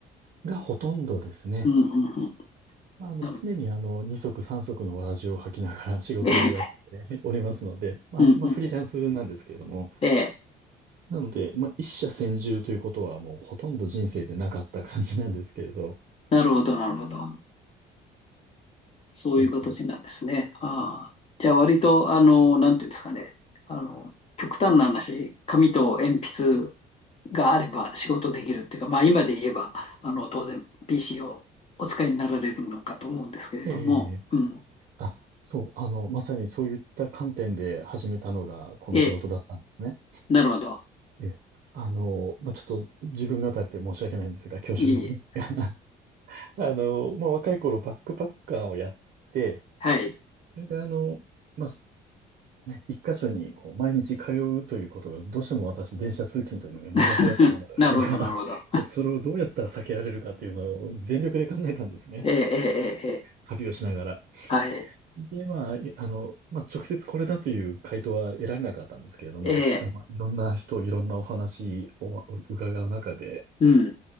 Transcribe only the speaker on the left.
うん、うん、うん。
なる、
ええ、
うん、
うん。
ええ。
なるほど、なるほど。そういう形なんですね。
ああ。じゃあ割と、あの、なんていうんですかね。あの、極端な話、紙と鉛筆があれば仕事できるっていうか、まあ今で言えば、あの、当然 PC をお使いになられるのかと思うんですけれども、
うん。
ええ、なるほど。
いえいえ。
はい。
<laughs> なるほど、なるほど。
ええ、ええ、ええ、ええ
はい。
ええ、
うん、